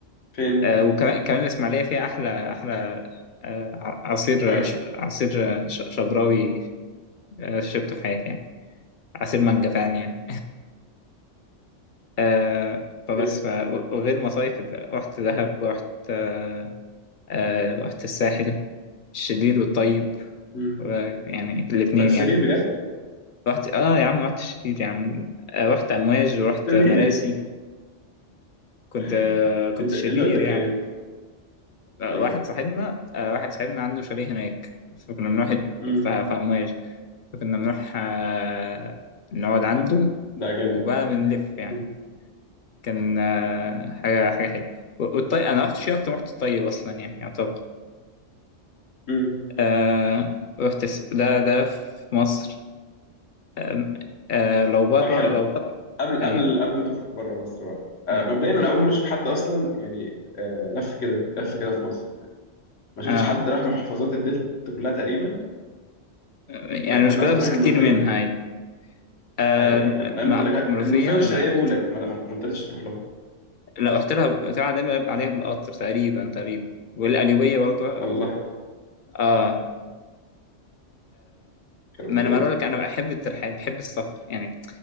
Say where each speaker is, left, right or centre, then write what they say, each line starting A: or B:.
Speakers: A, on the left; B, on the left.
A: فين
B: آه، وكمان كمان الإسماعيلية فيها أحلى أحلى آه، ع- عصير
A: مانجا
B: ش- عصير ش- شبراوي آه، شربته في حياتي يعني عصير مانجا فعلا يعني آه، فبس
A: جامد
B: ف... وغير مصايف رحت دهب ورحت آه، آه، رحت الساحل الشرير والطيب
A: امم
B: و- يعني الاتنين
A: رحت شرير
B: يعني
A: بجد
B: رحت اه يا عم رحت الشرير يا عم آه، رحت أمواج ورحت
A: كنت بتعمل
B: مراسي
A: ايه هناك
B: كنت
A: <laughs>
B: آه، كنت
A: انت
B: شرير
A: ايه اللي وداك
B: يعني
A: هناك
B: لا،
A: ايوه
B: واحد صاحبنا آه، واحد صاحبنا عنده شاليه هناك فكنا بنروح
A: امم
B: ف- في أمواج فكنا بنروح آه، نقعد عنده
A: ده جامد
B: وبقى بنلف يعني
A: امم
B: كان آه، حاجة حاجة حلوة والطي أنا رحت شيء أكتر رحت الطيب أصلا يعني يعتبر
A: امم
B: آه، رحت الس- ده ده في مصر آم، آه، لو بره
A: طب حلو
B: لو بره
A: قبل
B: أيوه
A: قبل قبل ما تخرج بره مصر بقى آه،
B: أيوه
A: مبدئيا انا اول مره اشوف حد اصلا يعني آه، لف كده لف كده في مصر ما شفتش
B: آه
A: حد راح محافظات الدلتا كلها تقريبا
B: يعني
A: انا كان
B: مش
A: ناقص
B: كلها بس
A: تروح المنوفيه
B: كتير منها أيوه آه،
A: اي
B: لا،
A: كان لا، انت
B: مع-
A: انا كان-
B: منوفية
A: المنوفيه والشرقيه
B: لا
A: جولك ما ما ما قدرتش تروح لهم
B: لا رحت لها بتاع دايما بيبقى عليها بالقطر تقريبا تقريبا والقليوبية برضه
A: والله
B: اه
A: ربيت
B: ما انا بقول لك انا بحب الترحال بحب السفر يعني